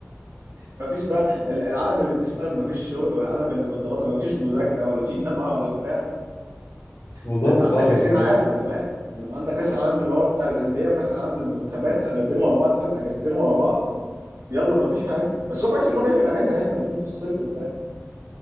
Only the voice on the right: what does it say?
مفيش بقى ال- العالم اللي بتشتغل مفيش شغل والعالم اللي في الدراسه مفيش مذاكره ولا في <laughs> جامعه ولا بتاع
ده انت عندك
كاسين
عالم كمان ده انت عندك كاس العالم اللي هو بتاع الانديه وكاس العالم للمنتخبات سنتين ورا بعض فاهم اجازتين ورا بعض يلا مفيش حاجه بس هو كويس انه جاي في الاجازه يعني وهيكون في الصيف وبتاع